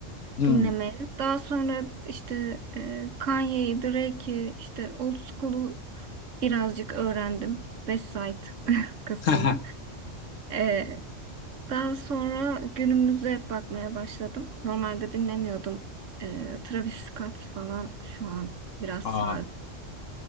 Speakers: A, on the left; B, on the right.
A: Hmm.
B: dinlemeye. Daha sonra işte e, Kanye'yi, Drake'i, işte Old School'u Birazcık öğrendim. Website <laughs> kısmını.
A: <laughs>
B: Ee, daha sonra günümüze bakmaya başladım. Normalde dinlemiyordum. Ee, Travis Scott falan şu an biraz
A: Aa,
B: sardı.